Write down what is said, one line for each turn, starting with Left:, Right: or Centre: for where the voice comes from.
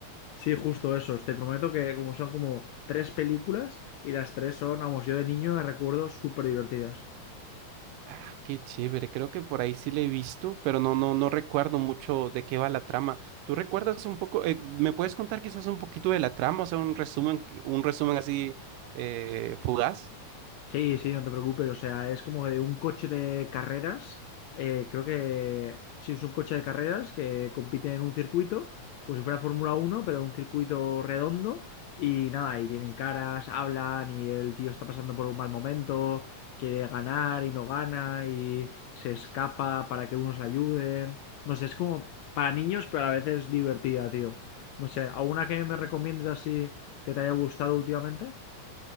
Left: Sí, justo esos. Te prometo que como son como tres películas y las tres son, vamos, yo de niño me recuerdo súper divertidas.
Right: Ah, qué chévere, creo que por ahí sí le he visto, pero no, no, no recuerdo mucho de qué va la trama. ¿Tú recuerdas un poco, eh, me puedes contar quizás un poquito de la trama, o sea, un resumen, un resumen así eh, fugaz?
Left: Sí, sí, no te preocupes. O sea, es como de un coche de carreras. eh, creo que sí, es un coche de carreras que compite en un circuito, como si fuera Fórmula Uno, pero un circuito redondo. Y nada, y tienen caras, hablan, y el tío está pasando por un mal momento, quiere ganar y no gana, y se escapa para que unos le ayuden. No sé, es como para niños, pero a la vez es divertida, tío. No sé, ¿alguna que me recomiendes así que te haya gustado últimamente?